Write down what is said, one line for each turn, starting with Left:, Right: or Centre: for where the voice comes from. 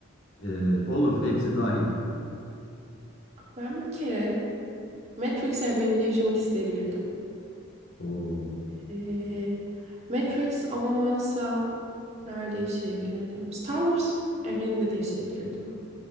Left: Ee, olur, hepsi dahil.
Right: Ben bir kere Matrix evreninde yaşamak isteyebilirdim.
Left: Oo.
Right: Ee, Matrix olmazsa nerede yaşayabilirdim? Star Wars evreninde de yaşayabilirdim.